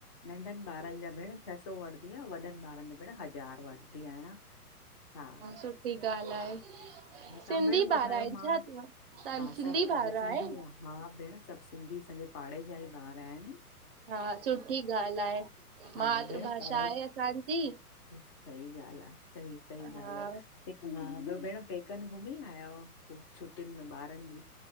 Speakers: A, on the left; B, on the right.
A: नंढन ॿारन जा भेण छह सौ वठंदी आ वॾन ॿारन ज भेण हज़ार वठंदी आहियां। हा
B: सुठी ॻाल्हि आहे सिंधी
A: तव्हां भेण ॿुधायो
B: ॿार आहिनि
A: मां
B: छा तव्हां
A: हा
B: सिंधी
A: सभ असांजा
B: ॿार
A: सिंधी
B: आहियो
A: हा भेण सभ सिंधी असांजे पाड़े जा ई ॿार आहिन।
B: हा सुठी ॻाल्ह आहे
A: हा
B: मातृभाषा
A: भेण पाणे
B: आहे असांजी।
A: सही ॻाल्ह आ सी सी
B: हा
A: ॻाल्ह आ ॿयो भेण पे कन घुमी आया हुआ छुटियुन में ॿारन जी